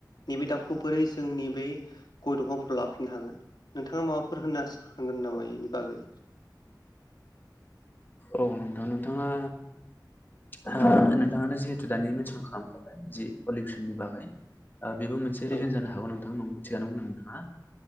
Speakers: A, on the left; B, on the left.
A: नैबे दाउखौ बोरै जोंनि ब गय दंफांफोराव लाफिननो हागोन नोंथाङा माबाफोर होनना थांगोन नामा
B: औ
A: बेनि बागै?
B: औ नोंथां नोंथाङा ओ नोंथाङानो जिहेथु दानि मेनसन खालामख'बाय जि पलिउसननि बागै ओ बेबो मोनसे
A: औ
B: रिजन जानो हागौ नोंथां नंगौ थिखानो बुंदों नोंथाङा